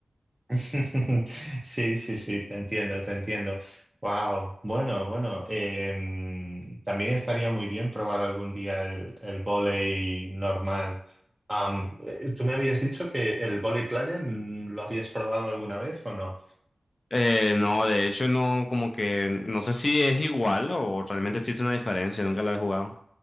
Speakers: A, on the right; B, on the left.
A: <laughs> Sí, sí, sí, te entiendo, te entiendo. Wow, bueno, bueno, em, también estaría muy bien probar algún día el, el vóley normal. Am, eh, ¿tú me habías dicho que el vóley playa mm, lo habías probado alguna vez o no?
B: Eh, no, de hecho, no, como que, no sé si es igual o realmente existe una diferencia, nunca la he jugado.